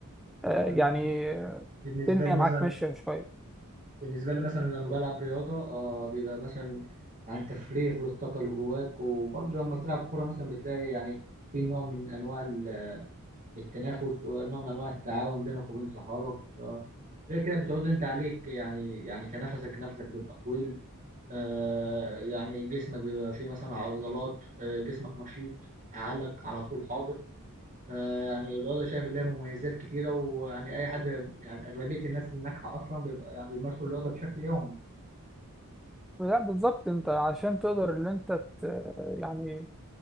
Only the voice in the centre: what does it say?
آه،
يعني آه،
الدنيا
معاك ماشيه شويه
لا بالظبط انت عشان تقدر ان انت ت- يعني